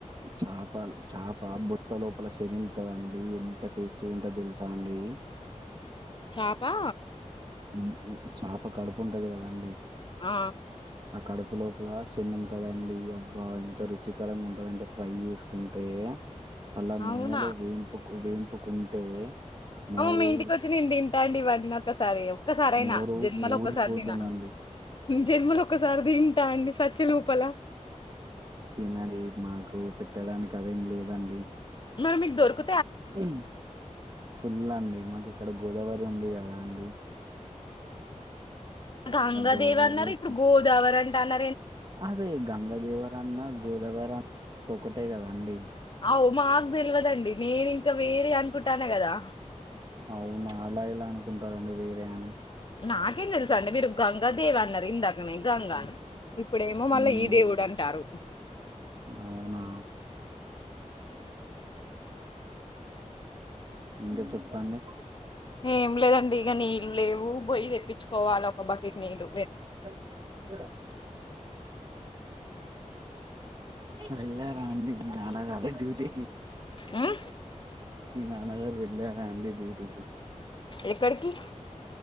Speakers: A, on the right; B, on the left.
A: చాపల్ చాపా బొత్త లోపల శనెల్ ట్టదండి ఎంత టేస్టీ గుంటదో తెలుసా అండి?
B: చాపా
A: మ్మ్ <unintelligible> చాప కడుపు ఉంటది గదండి.
B: ఆ!
A: ఆ కడుపు లోపల శన ఉంటదండి, అబ్బా! ఎంత రుచికరంగా ఉంటదంటే ఫ్రై చేసుకుంటే అలా నూనెలో
B: అవునా!
A: వేంపు కు వేంపుకుంటే నోరు
B: ఔ మీ ఇంటికి వచ్చి నేను తింటా అండి ఇవన్నీ ఒకసారి. ఒకసారయినా
A: నోరు
B: జన్మలో
A: ఊరిపోతుందండి
B: ఒకసారి తినా జన్మలో ఒకసారిది. తింటా అండి సచ్చేలోపల
A: తినండి మాకు పెట్టడానికి అదేం లేదండి.
B: మరి మీకు దొరుకు
A: హ్మ్ ఫుల్ అండి మాకు ఇక్కడ గోదావరి ఉంది గదా అండి
B: గంగాదేవి
A: ఆ గోదావరిలో
B: అన్నారు ఇప్పుడు
A: ఫు-
B: గోదావరి అంట్ దాన్న
A: అదే గంగా దేవర అన్నా గోదావరి అన్నా ఒకటే గద అండి.
B: అవు మాకు తెలవదండి నేను ఇంకా వేరే అనుకుటాన్నా కదా
A: అవునా అలా ఎలా అనుకుంటారండి వేరే అని
B: నాకేం తెలుసండి మీరు గంగా దేవి అన్నారు ఇందాకనే గంగా ఇప్పుడేమో మళ్ళా
A: ఉమ్,
B: ఈ దేవుడు అంటారు.
A: అవునా ఇంకా చెప్పండి
B: ఏం లేదండి ఇక నీళ్ళు లేవు బొయ్య తెప్పించుకోవాలి ఒక బక్కెట్ మేలు
A: <unintelligible> వెళ్లారా అంటే మీ నాన్నగారు డ్యూటీకి
B: ఉమ్
A: మీ నాన్న గారు వెళ్ళరా రండి డ్యూటీ కి
B: ఎక్కడికి